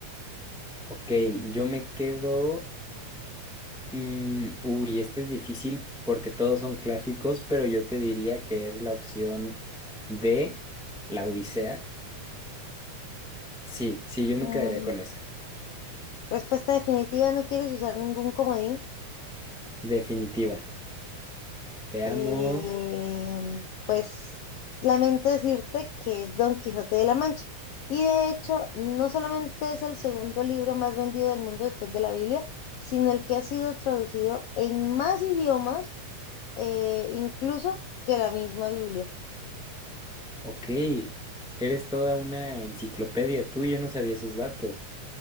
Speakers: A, in the centre; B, on the left.
A: Ok, yo me quedo Mm, uy, este es difícil porque todos son clásicos, pero yo te diría que es la opción de La Odisea. Sí, sí, yo me
B: Mm,
A: quedaría con esa.
B: Respuesta definitiva, no quieres usar ningún comodín.
A: Definitiva. Veamos.
B: Eh, pues lamento decirte que es Don Quijote de la Mancha. Y de hecho, no solamente es el segundo libro más vendido del mundo después de la Biblia, sino el que ha sido traducido en más idiomas, eh, incluso que la misma Biblia.
A: Ok, eres toda una enciclopedia tú, yo no sabía esos datos.